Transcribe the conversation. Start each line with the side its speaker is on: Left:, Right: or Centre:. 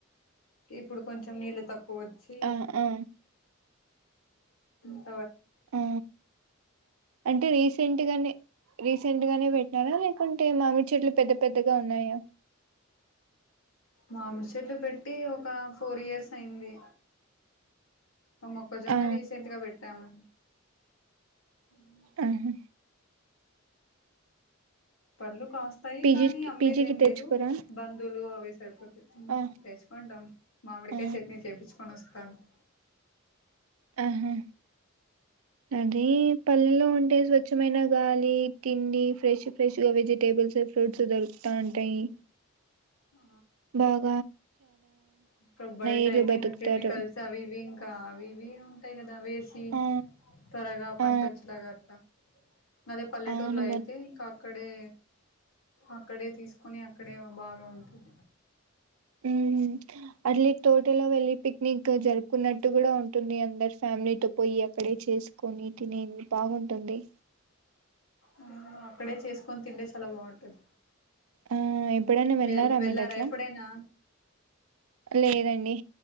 Left: ఇప్పుడు కొంచెం నీళ్ళు తక్కువ చి
Right: ఆ ఆ
Left: అ
Right: ఆ అంటే రీసెంట్‌గానే రీసెంట్ గానే పెట్టినారా లే కుంటే మామిడి చెట్లు పెద్ద పెద్దగా ఉన్నాయా
Left: మామిడి చెట్లు పెట్టి ఒక ఫోర్ ఇయర్స్ అయింది అ మొక్కజొన్న
Right: ఆ
Left: రీసెంట్‌గా పెట్టాము ఇంగా
Right: ఆహా
Left: పల్లుు కాస్తాయి
Right: పీజీకి
Left: కానీ అమ్మేది
Right: పీజీకి
Left: ఏం
Right: తెచ్చుకోరా
Left: లేదు బంధులు అవి సరిపోతే ఉమ్
Right: ఆ
Left: తెచ్చుకుంటాం. మామిడికాయ
Right: ఆ
Left: చట్నీ చేపిచ్చుకొని వస్తాం. ప్పను
Right: ఆహా అది పల్లెలో ఉంటేసి వ్ స్వచ్ఛమైన గాలి తిండి ఫ్రెష్ ఫ్రెష్ గా వెజిటేబుల్స్ ఫ్రూట్స్ దొరుకుతా ఉంటాయి
Left: ఆ
Right: బాగ్
Left: ఇంకా బయట్
Right: ఏళ్ళు
Left: అయితే
Right: బతుకుతారు
Left: ఇంగ కెమికల్స్ అవి ఇవింగ్ ఇంకా అవి ఇవి ఉంటాయి కదా వేసి
Right: ఆ
Left: త్వరగా పంట
Right: ఆ
Left: వచ్చేలాగా అట్లా అదే పల్లెటూర్
Right: అవును
Left: లో అయితే
Right: మొ
Left: ఇంకా అక్కడే అక్కడే తీసుకొని అక్కడే బాగా ఉంటుంది.
Right: ఉ అర్లీ తోటలో వెళ్ళి పిక్నిక్ తోజర్ కున్నట్టు కూడా ఉంటుంది అందరు ఫ్యామిలీతో పోయి అక్కడే చేసుకొని తినేది బాగుంటుంది.
Left: ఆ అక్కడే చేసుకొని తిండే చాలా బాగుంటది.
Right: ఆ ఎప్పుడైనా వెళ్ళారా
Left: వెల్
Right: మీరు అట్లా
Left: ఎప్పుడైనా
Right: లేదండి.